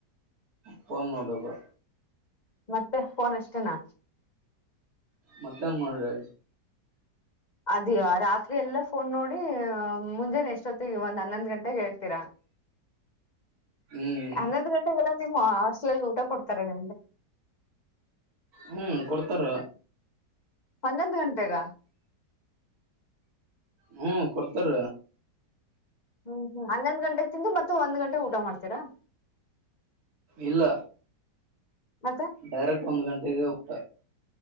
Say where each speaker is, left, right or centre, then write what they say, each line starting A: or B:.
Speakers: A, on the right; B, on the left.
A: ಫೋನ್ ನೋಡೋದು
B: ಮತ್ತೆ ಫೋನ್ ಅಷ್ಟೇನಾ
A: ಮತ್ತೇನ್ ಮಾಡ್ಲಿ
B: ಅದ ರಾತ್ರಿ ಎಲ್ಲ ಫೋನ್ ನೋಡಿ ಮುಂಜಾನೆ ಎಷ್ಟೊತ್ತ ಒಂದ್ ಹನ್ನೊಂದ ಗಂಟೆಗೆ ಹೇಳ್ತೀರ
A: ಹ್ಮ್
B: ಹನ್ನೊಂದು ಗಂಟೆಗೆ ಎಲ್ಲ ಹಾಸ್ಟೇಲ್ ಅಲ್ಲಿ ಊಟ ಕೊಡ್ತಾರೆ ನಿಮಗೆ
A: ಹ್ಮ್ ಕೊಡ್ತಾರ
B: ಹನ್ನೊಂದು ಗಂಟೆಗ
A: ಹ್ಮ ಕೊಡ್ತಾರ
B: ಹ್ಮ್ ಹನ್ನೊಂದ್ ಗಂಟೆೆಗೆ ತಿಂದು ಮತ್ತ ಒಂದ್ ಗಂಟೆಗೆ ಊಟ ಮಾಡ್ತೀರಾ
A: ಇಲ್ಲ
B: ಮತ್ತೆ
A: ಡೈರೆಕ್ಟ್ ಒಂದ ಗಂಟೆಗೆ ಊಟ